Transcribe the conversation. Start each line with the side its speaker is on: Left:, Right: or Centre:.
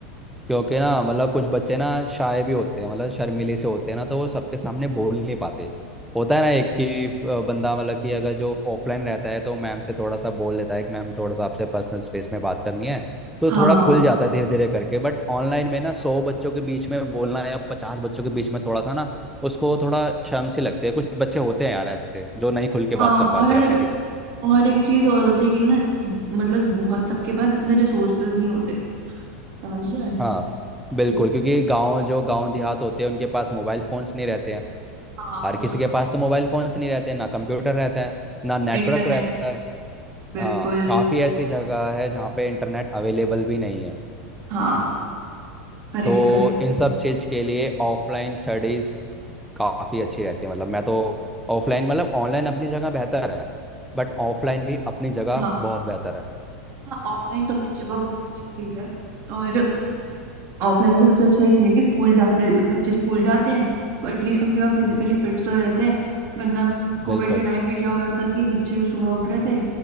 Centre: क्योंकि ना मतलब कुछ बच्चे ना शाय भी होते हैं मतलब शर्मीले से होते हैं ना तो वो सबके सामने बोल नहीं पाते होता है ना एक कि अ, बंदा मतलब कि अगर जो ऑफलाइन रहता है तो मैम से थोड़ा सा बोल देता है कि मैम थोड़ा सा आपसे पर्सनल स्पेस में बात करनी है तो
Right: हाँ
Centre: थोड़ा खुल जाता है धीरे धीरे करके बट ऑनलाइन में ना सौ बच्चों के बीच में बोलना या पचास बच्चों के बीच में थोड़ा सा ना उसको थोड़ा शर्म सी लगती है कुछ बच्चे होते हैं यार ऐसे जो नहीं खुल के
Right: हाँ
Centre: बात कर पाते
Right: और
Centre: अपने टीचर
Right: और एक चीज और होती है कि ना मतलब बहुत सबके पास इतने रिसोर्सेज नहीं होते समझ रहे हैं
Centre: हाँ
Right: जैसे
Centre: बिल्कुल
Right: कि
Centre: क्योंकि गांव जो गांव देहात होते हैं उनके पास मोबाइल फोन्स नहीं रहते हैं
Right: हाँ
Centre: हर
Right: फोन
Centre: किसी के पास तो मोबाइल फोन्स नहीं रहते हैं ना कंप्यूटर रहता है ना नेटवर्क
Right: इंटरनेट
Centre: रहता है
Right: बिल्कुल
Centre: हाँ काफ़ी ऐसी जगह है जहाँ पे इंटरनेट अवेलेबल भी नहीं है
Right: हाँ करेक्ट
Centre: तो
Right: करेक्ट
Centre: इन
Right: करेक्ट
Centre: सब चीज़ के लिए ऑफलाइन स्टडीज़ काफ़ी अच्छी रहती है मतलब मैं तो ऑफलाइन मतलब ऑनलाइन अपनी जगह बेहतर है बट ऑफलाइन भी अपनी जगह
Right: हाँ
Centre: बहुत बेहतर है
Right: हाँ ऑफलाइन तो अपनी जगह बहुत अच्छी चीज है और ऑफलाइन का सबसे अच्छा ये है कि स्कूल जाते ब- बच्चे स्कूल जाते हैं तो एटलीस्ट कम से कम फिजिकली
Centre: हम्म,
Right: फिट तो रहते हैं वरना कोविड
Centre: बिल्कुल
Right: के टाइम पे क्या हो रहा था कि बच्चे सुबह उठ रहे थे